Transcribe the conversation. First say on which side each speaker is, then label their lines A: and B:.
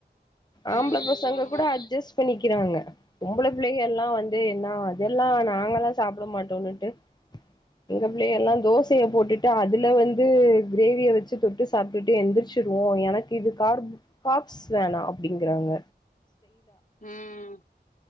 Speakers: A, on the left; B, on the left.
A: ம்
B: ஆம்பள பசங்க
A: ஆமா
B: கூட அட்ஜஸ்ட் பண்ணி க்கிறாங்க பொம்புள பிள்ளைக எல்லா வந்து என்ன அதெல்லா நாங்கல்லா சாப்பிட மாட்டோன்னுட்டு எங்க பிள்ளைக எல்லா தோசைய போட்டுட்டு அ துல வந்து கிரேவிய வச்சு தொட்டு சாப்பிட்டுட்டு எந்திரிச்சிருவோ எனக்கு இது க கார்ப்ஸ் வேணா அப்புடிங்கறாங்க
A: ம்